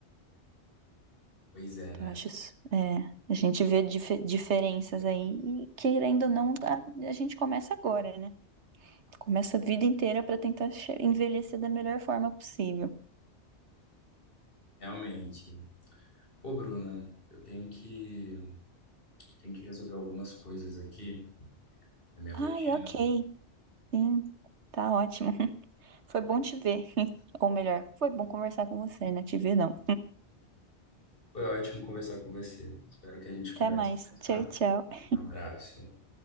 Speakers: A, on the left; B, on the right.
A: Pois é,
B: Então,
A: né?
B: eu acho, isso- é, a gente vê dif- diferenças aí e, querendo ou não, a, a gente começa agora, né? Começa a vida inteira pra tentar che- envelhecer da melhor forma possível.
A: Realmente. Pô, Bruna, eu tenho que, tenho que resolver algumas coisas aqui da minha rotina.
B: Ai, ok. Sim, tá ótimo. <laughs> Foi bom te ver. Ou melhor, foi bom conversar com você, né? Te ver não.
A: Foi ótimo conversar com você. Espero que a gente converse
B: Até mais.
A: mais,
B: Tchau,
A: tá?
B: tchau.
A: Um abraço.